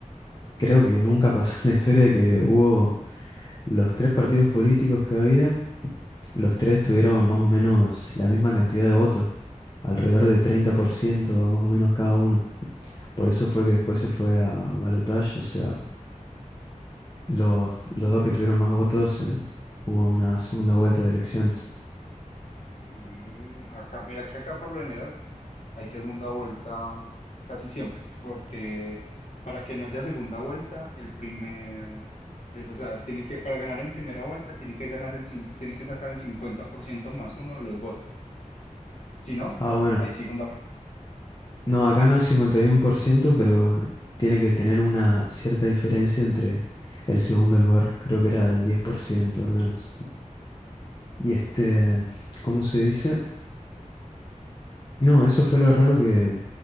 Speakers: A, on the left; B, on the left.
A: creo que nunca pasó en la historia, que hubo los tres partidos políticos que había, los tres tuvieron más o menos la misma cantidad de votos, alrededor de 30% más o menos cada uno. Por eso fue que después se fue a balotaje, o sea, los, los dos que tuvieron más votos, eh, hubo una segunda vuelta de elecciones.
B: Mm, acá, mira que acá por lo general hay segunda vuelta casi siempre, porque para que no haya segunda vuelta, el primer, eh, o sea, tiene que, para ganar en primera vuelta, tiene que ganar el, cin- tiene que sacar el 50% más uno de los votos. Si no,
A: Ah, bueno,
B: hay segunda vuelta.
A: No, acá no es 51% pero tiene que tener una cierta diferencia entre el segundo lugar, creo que era del 10% al menos. Y este,
B: Mm,
A: ¿cómo se dice? No, eso fue lo raro que,